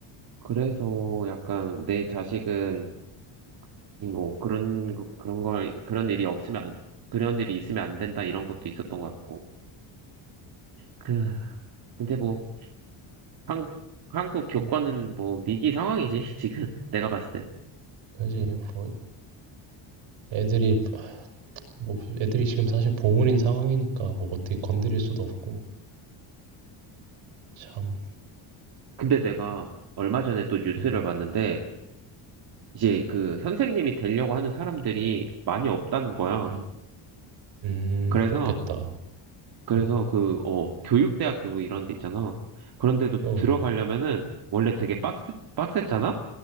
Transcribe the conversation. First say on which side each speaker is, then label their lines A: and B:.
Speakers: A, on the right; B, on the right.
A: 그래서 약간 내 자식은 이거 그런, 거- 그런 걸, 그런 일이 없으면 안, 그런 일이 있으면 안 된다 이런 것도 있었던 것 같고. 그, 근데 뭐, 한, 한국 교과는
B: 음.
A: 뭐 위기 상황이지, <laughs> 지금 내가 봤을 때.
B: 그지 뭐 애들이 뭐 애들이 지금 사실 보물인 상황이니까 뭐 어떻게 건드릴 수도 없고 참.
A: 근데 내가 얼마 전에 또 뉴스를
B: 음.
A: 봤는데, 이제 그 선생님이 되려고 하는 사람들이 많이 없다는 거야.
B: 음. 음
A: 그래서,
B: 그렇겠다.
A: 그래서
B: 어.
A: 그, 어, 교육대학교 이런 데 있잖아. 그런데도
B: 어.
A: 들어가려면은 원래 되게 빡세, 빡셌잖아?